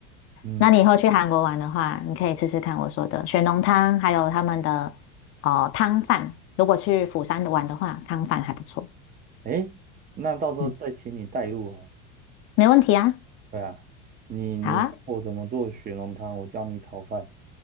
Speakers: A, on the right; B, on the left.
A: 嗯，
B: 那你以后去韩国玩的话，你可以吃吃看我说的雪浓汤，还有他们的哦汤饭。如果去釜山玩的话，汤饭还不错。
A: 诶，那到时候再请你带路啊。
B: 嗯，没问题啊。
A: 对啊，你你教我怎么做雪浓汤，
B: 好啊，
A: 我教你炒饭。